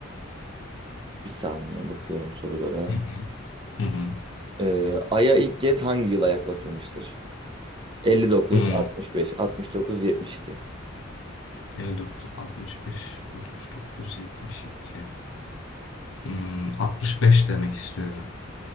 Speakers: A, on the right (about 25°); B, on the left (about 65°).
A: Bir saniye bakıyorum sorulara.
B: Hı hı. Hı hı.
A: Ee, Ay'a ilk kez hangi yıl ayak basılmıştır? Elli dokuz,
B: Hmm.
A: altmış beş, altmış dokuz, yetmiş iki.
B: 59, 65, 69, 72. Hmm, 65 demek istiyorum.